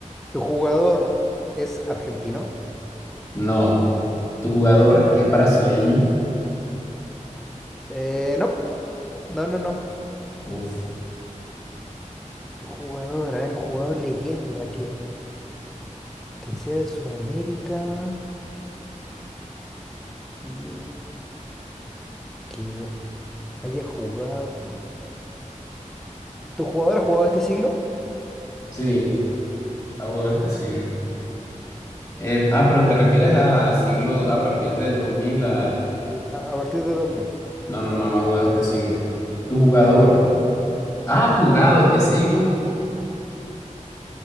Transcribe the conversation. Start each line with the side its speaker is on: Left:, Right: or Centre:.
Centre: ¿Tu jugador es argentino?
Left: No, ¿tu jugador es brasileño?
Centre: Eh, no, no, no, no.
Left: Uf,
Centre: Tu jugador, a ver, jugador leyenda, que, que sea de Sudamérica y que haya jugado. ¿Tu jugador ha jugado este siglo?
Left: sí, ha jugado este siglo. Eh, ah, pero te refieres a siglo a partir del 2000 al...
Centre: Sí. A, a partir de dos mil.
Left: No, no, no, no ha jugado este siglo. ¿Tu jugador
Centre: Ya.
Left: ha jugado este siglo?